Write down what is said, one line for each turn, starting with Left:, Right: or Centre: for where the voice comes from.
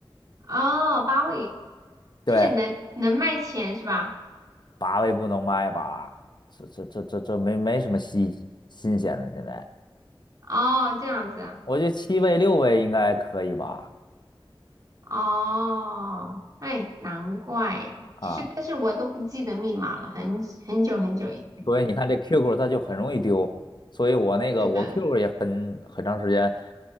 Right: 哦，八位
Left: 对，
Right: 就是能能卖钱是吧？
Left: 八位不能卖吧？这这这这这没没什么新新鲜的，现在
Right: 哦，这样子啊。
Left: 我觉得七位六位应该可以吧？
Right: 哦，哎，难怪呀、其实，
Left: 啊。
Right: 但是我都不记得密码了，很很久很久以。
Left: 所以你看这 QQ 它就很容易丢，所以我那个我
Right: 是的。
Left: QQ 也很很长时间